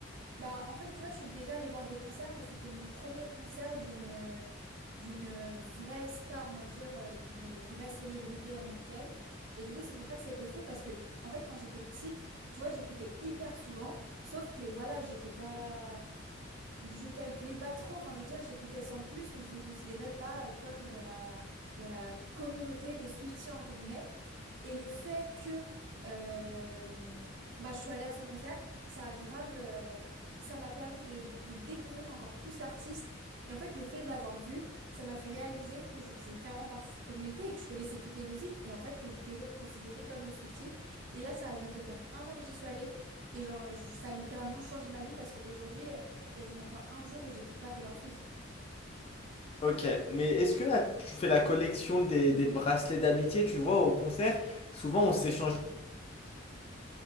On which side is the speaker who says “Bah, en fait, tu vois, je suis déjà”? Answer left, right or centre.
Right